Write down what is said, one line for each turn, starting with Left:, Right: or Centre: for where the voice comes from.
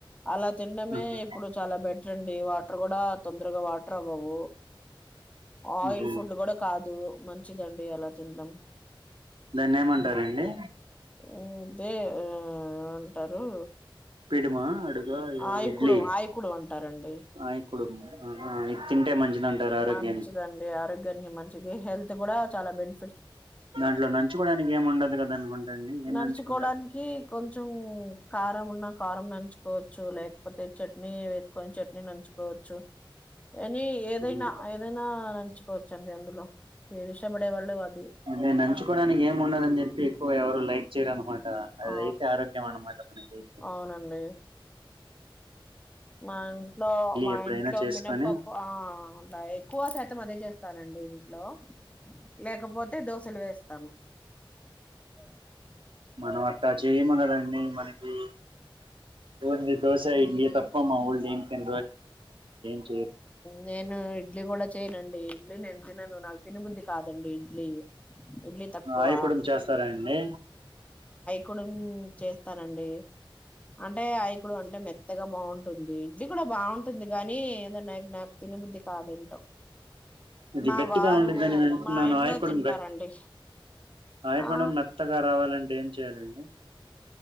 Left: అలా తిినడమే
Right: ఆహా,
Left: ఇప్పుడు చాలా బెటర్ అండి వాటర్ కూడా తొందరగా వాటర్ అవ్వవు ఆయిల్
Right: ఉహు.
Left: ఫుడ్ కూడా కాదు మంచిదిండి అలా తినడం
Right: దాన్ని ఏమంటారండి
Left: అదే ఆ ఏమంటారు
Right: <unintelligible>
Left: ఆయకుడు
Right: ఇడ్లీ
Left: ఆయకుడు అంటారండి
Right: అయి కుడుము ఆహా, ఇది తింటే మంచిది అంటారు ఆరోగ్యానికి
Left: మంచిదండి ఆరోగ్యానికి మంచిది హెల్త్ కూడా చాలా బెనిఫి
Right: దాంట్లో నంచుకోవడానికి ఏమి ఉండదు కదా అనుకుంటండి ఏం
Left: నంచుకోవడానికి
Right: నంచుకుంటారు
Left: కొంచెం కారం ఉన్న కారం నంచుకోవచ్ లేకపోతే చట్నీ వేసుకొని చట్నీ నంచుకోవచ్చు అని ఏదైనా
Right: ఉహు.
Left: ఏదైనా నంచుకోవచ్చండి అందులో మీే ఇష్టపడే వాళ్ళు అ
Right: అదే నంచుకోవడానికి ఏం ఉండదుని చెప్పి ఎక్కువ ఎవరు లైక్ చెయ్యరు అణు ట అది
Left: ఆ
Right: అయితే ఆరోగ్యం అన్న మాట మనకి అయితే
Left: అవునండి మా ఇంట్లో మా
Right: ఎప్పుడైనా
Left: ఇంట్లో
Right: చేసుకొని
Left: మినప్ప ఆ ఎక్కువ శాతం అదే చేస్త స్తానండి ఇంట్లో లేకపోతే దోశలు వేస్తాము <unintelligible>
Right: మనం అట్లా చేయము కదా అండి మనకి ఓన్లీ దోశ ఇడ్లీ తప్ప మా వోళ్ళు దేనికి <unintelligible>
Left: నేను ఇడ్లీ కూడా చ్ చేయనండి ఇడ్లీ నేను తినను నాకు తినబుద్ది కాదండి ఇడ్లీ ఇడ్లీ తక్కువ
Right: ఆయ కుడుం చేస్తారాండి
Left: కుడుం చేస్తానండి అంటే ఆయకుడుం అంటే మెత్తగా బాగుంటుంది ఇడ్లి కూడా బాగుంటుంది కానీ నాక్ తినబుద్ధికాదన్
Right: ఇది
Left: మా
Right: గట్టిగా
Left: వారు
Right: ఉండిద్దని వింటున్నాను
Left: మా ఇంట్లో
Right: ఆయకుడం
Left: తింటారండి
Right: గట్ ఆయకుడం
Left: ఆ
Right: మెత్తగా రావాలంటే ఏం చేయాలండి